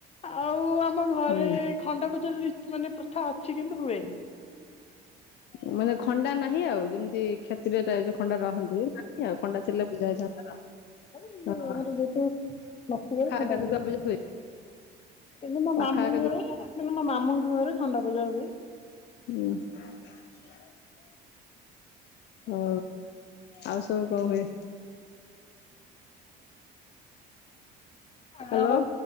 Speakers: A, on the left; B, on the left.
A: ଆଉ ଆମ ଘରେ
B: ହୁଁ
A: ଖଣ୍ଡପୂଜାର ରି ମାନେ ପ୍ରଥା ଅଛି କିନ୍ତୁ ହୁଏନି।
B: ଉଁ ମାନେ ଖଣ୍ଡା ନାହିଁ ଆଉ ଯେମିତି। କ୍ଷତ୍ରୀୟର ଏ ଯୋଉ ଖଣ୍ଡା ରହନ୍ତି ନାହି ଆଉ ଖଣ୍ଡା ଥିଲେ ପୂଜା ହେଇଥାନ୍ତା
A: କିନ୍ତୁ
B: ଅ
A: ଆମର
B: ଅ।
A: ଯେହେତୁ ନଥିବାରୁ
B: ଖାରକ
A: ଖଣ୍ଡା
B: ଦୁର୍ଗା
A: ହୁଏନି
B: ପୂଜା ହୁଏ।
A: କିନ୍ତୁ ମୋ
B: ପାଖଆଖ
A: ମାମୁଁ ଘରେ କିନ୍ତୁ ମୋ ମାମୁଁଙ୍କ ଘରେ ଖଣ୍ଡା ପୂଜା ହୁଏ।
B: ହୁଁ। ହଉ। ଆଉ ସବୁ କଣ ହୁଏ?
A: ଅଁ
B: ହ୍ୟାଲୋ
A: ଆଉ